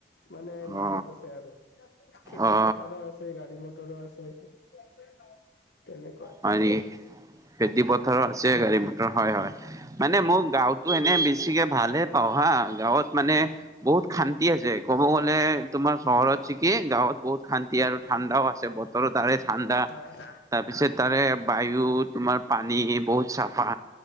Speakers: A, on the left; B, on the right.
A: মানে
B: অ
A: মাজত আছে আৰু খেতি
B: অ
A: পথাৰো আছে গাড়ী মটৰো আছে <inaudible> তেনেকে
B: হয় নেকি খেতি পথাৰো
A: হয়। হয়।
B: আছে গাড়ী মটৰ হয় হয় মানে মোৰ গাওঁতো এনে বেছিকে ভালে পাওঁ হা গাঁৱত মানে বহুত শান্তি আছে ক'ব গ'লে তোমাৰ চহৰত থাকি গাঁৱত বহুত শান্তি আৰু ঠাণ্ডাও আছে বতৰ তাৰে ঠাণ্ডা
A: হয় হয়। হয়।
B: তাৰ পিছত তাৰে বায়ু তোমাৰ পানী বহুত চাফা